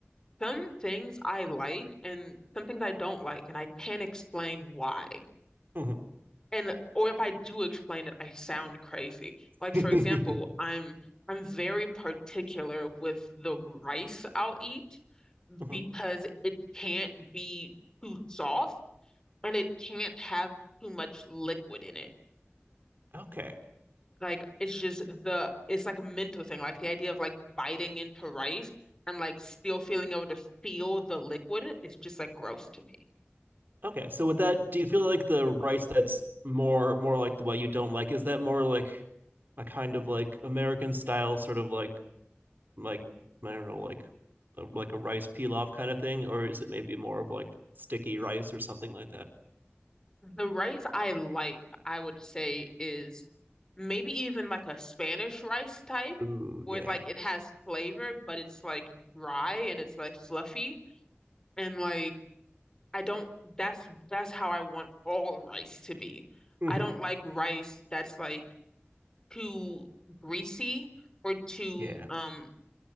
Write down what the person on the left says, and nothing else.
some things I like and some things I don't like, and I can't explain why.
and or if I do explain it, I sound crazy. Like for
example, I'm I'm very particular with the rice I'll eat
because it can't be too soft and it can't have too much liquid in it.
Like it's just the it's like a mental thing. Like the idea of like biting into rice and like still feeling able to feel the liquid is just like gross to me.
The rice I like, I would say, is maybe even like a Spanish rice type,
where
like it has flavor, but it's like dry and it's like fluffy. And like I don't that's that's how I want all rice to be.
I don't like rice that's like too greasy or too
um